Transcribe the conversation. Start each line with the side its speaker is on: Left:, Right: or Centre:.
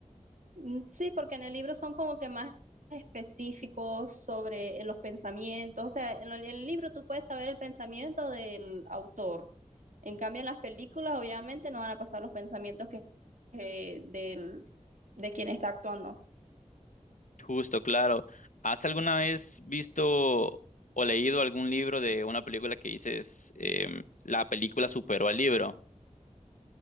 Right: Mm, Sí, porque en el libro son como que más específicos sobre eh, los pensamientos. O sea, en lo- en el libro tú puedes saber el pensamiento del autor. En cambio, en las películas obviamente no van a pasar los pensamientos que, que del, de quien está actuando.
Left: Justo, claro. ¿Has alguna vez visto o leído algún libro de una película que dices, em, la película superó al libro?